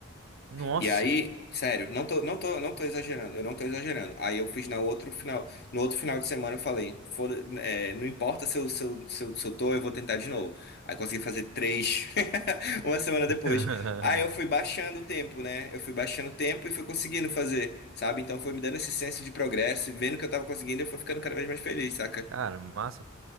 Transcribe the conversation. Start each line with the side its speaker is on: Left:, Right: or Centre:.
Right: nossa.
Left: E aí, sério, não tô, não tô, não tô exagerando, eu não tô exagerando. Aí eu fiz na outro final, no outro final de semana eu falei, foda, é, não importa se eu, se eu, se eu, se eu tô, eu vou tentar de novo. Aí consegui fazer três, <laughs> uma semana
Right: <laughs>
Left: depois. Aí eu fui baixando o tempo, né? Eu fui baixando o tempo e fui conseguindo fazer, sabe? Então foi me dando esse senso de progresso e vendo que eu tava conseguindo, eu fui ficando cada vez mais feliz, saca?
Right: Cara, massa,